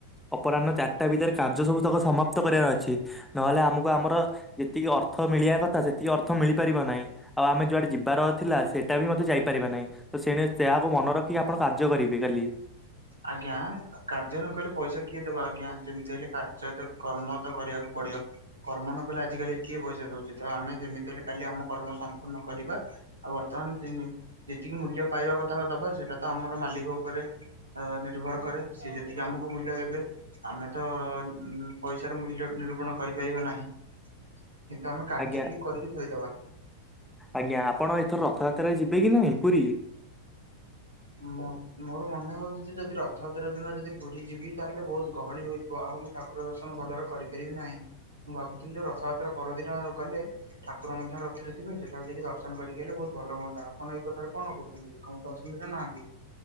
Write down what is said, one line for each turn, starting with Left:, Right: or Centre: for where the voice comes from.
Centre: ଅପରାହ୍ନ ଚାରିଟା ଭିତରେ କାର୍ଯ୍ୟ ସବୁ ତକ ସମାପ୍ତ କରିବାର ଅଛି ନହେଲେ ଆମକୁ ଆମର ଯେତିକି ଅର୍ଥ ମିଳିବା କଥା ସେତିକି ଅର୍ଥ ମିଳିପାରିବ ନାହିଁ। ଆଉ ଆମେ ଯୁଆଡେ ଯିବାର ଥିଲା ସେଇଟା ବି ମଧ୍ୟ ଯାଇପାରିବା ନାହିଁ। ତ ସେଣେ ସେୟାକୁ ମନେରଖି ଆପଣ କାର୍ଯ୍ୟ କରିବେ କାଲି।
Right: ଆଜ୍ଞା କାର୍ଯ୍ୟ ନକଲେ ପଇସା କିଏ ଦେବ ଆଜ୍ଞା ଯେମତି ହେଲେ କାର୍ଯ୍ୟତ କର୍ମ ତ କରିଆକୁ ପଡିବ। କର୍ମ ନ କଲେ ଆଜିକାଲି କିଏ ପଇସା ଦଉଚି ତ ଆମେ ଯେମିତି ହେଲେ କାଲି ଆମ କର୍ମ ସମ୍ପୂର୍ଣ୍ଣ କରିବା। ଆଉ ବର୍ତ୍ତମାନ ଦିନି ଯେତିକି ମୂଲ୍ୟ ପାଇବା କଥା ଦବା ସେଟା ତ ଆମର ମାଲିକ ଉପରେ ଅ ନିର୍ଭର କରେ ସିଏ ଯେତିକି ଆମକୁ ମୂଲ୍ୟ ଦେବେ। ଆମେ ତ ଉଁ ପଇସାର ମୂଲ୍ୟ ନିରୁପଣ କରିପାରିବା ନାହିଁ। କିନ୍ତୁ ଆମେ କାର୍ଯ୍ୟଟିକି
Centre: ଆଜ୍ଞା
Right: କରିକି ଥୋଇଦବା।
Centre: ଆଜ୍ଞା ଆପଣ ଏଥର ରଥଯାତ୍ରାରେ ଯିବେ କି ନାହିଁ ପୁରୀ?
Right: ମୋ ମୋର ମନେ ହଉଚି ଯଦି ରଥଯାତ୍ରା ଦିନ ଯଦି ପୁରୀ ଯିବି ତାହେଲେ ବହୁତ୍ ଗହଳି ହୋଇଥି <unintelligible> ଆଉ ମୁଁ ଠାକୁର ଦର୍ଶନ ଭଲରେ କରିପାରିବି ନାହିଁ। ମୁଁ ଭାବୁଥିଲି ଯେ ରଥଯାତ୍ରା ପରଦିନ ଗଲେ ଠାକୁର ମଧ୍ୟ ରଥରେ ଥିବେ ସେଠାକୁ ଯାଇକି ଦର୍ଶନ କରିକି ଆଇଲେ ବହୁତ ଭଲ ହୁଅନ୍ତା। ଆପଣ ଏଇ କଥାରେ କଣ କହୁଛନ୍ତି, ଏକମତ ବୋଧେ ନାହାନ୍ତି?